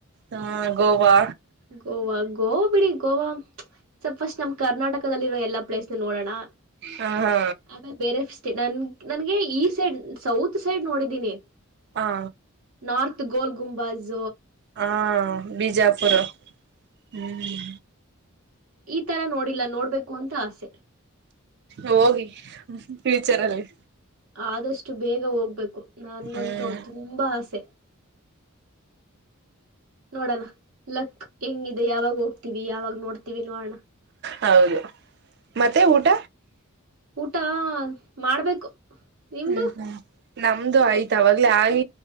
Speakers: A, on the right; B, on the right.
A: ಹ್ಮ ಗೋವಾ
B: ಗೋವಾ ಗೋವಾ ಬಿಡಿ ಗೋವಾ ಸ್ವಲ್ಪಫಸ್ಟ್ ನಮ್ ಕರ್ನಾಟಕದಲ್ಲಿರೋ ಎಲ್ಲಾ ಪ್ಲೇಸ್ ನ ನೋಡೋಣ-
A: ಹಾ ಹಾ-
B: ಆಮೇಲೆ ಬೇರೆ ಸ್ಟೇ ನನ್ ನನ್ಗೆ ಈ ಸೈಡ್ ಸೌತ್ ಸೈಡ್ ನೋಡಿದ್ದೀನಿ
A: ಹಾ
B: ನಾರ್ತ್ ಗೋಲ್ಗುಂಬಝ
A: ಹಾ ಬಿಜಾಪುರ ಹ್ಮ್
B: ಈ ತರ ನೋಡಿಲ್ಲ ನೋಡ್ಬೇಕು ಅಂತ ಆಸೆ
A: ಹೋಗಿ ಫ್ಯೂಚರ್ ಅಲ್ಲಿ
B: ಆದಷ್ಟು ಬೇಗ ಹೋಗ್ಬೇಕು ನನ್ಗಂತೂ
A: ಹ್ಮ್
B: ತುಂಬಾ ಆಸೆ ನೋಡೋಣ ಲಕ್ ಹೆಂಗಿದೆ ಯಾವಾಗ ಹೋಗ್ತಿವಿ ಯಾವಾಗ ನೋಡ್ತಿವಿ ನೋಡೋಣ
A: ಹೌದು ಮತ್ತೆ ಊಟ
B: ಊಟ ಮಾಡ್ಬೇಕು ನಿಮ್ದು
A: ಹ್ಮ್ ಹ್ಮ್ ನಮ್ದು ಆಯ್ತ ಅವಾಗಲೇ ಆಗ್